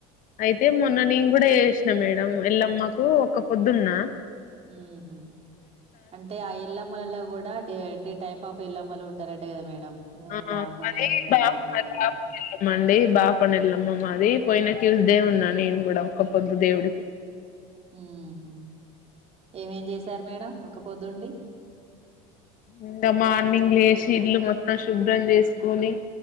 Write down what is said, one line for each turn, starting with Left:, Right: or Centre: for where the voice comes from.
Left: అయితే, మొన్న నేను కూడ చేసిన మేడం ఎల్లమ్మకు ఒక్కపొద్దున్నా.
Right: మ్మ్ హు అంటే ఆ ఎల్లమ్మలల్లో కూడా డే అంటె టైప్ ఆఫ్ ఎల్లమ్మలు ఉంటారంట కదా మేడం
Left: ఆ
Right: బాపన్న
Left: అది
Right: పెంట
Left: సామ్
Right: ఎల్లమ్మ
Left: మా
Right: అని
Left: సామ్కెళ్ళామండి.
Right: అని
Left: బాపనెల్లమ్మ మాది పోయిన ట్యూస్డే ఉన్నా నేన్ కూడా ఒక్కపొద్దు దేవుడుకి.
Right: ఉహు ఏమేం చేశారు మేడం ఒక్కపొద్దుండి?
Left: ఇంగ మార్నింగ్ లేసి ఇల్లు మొత్తం శుభ్రం చేసుకొని,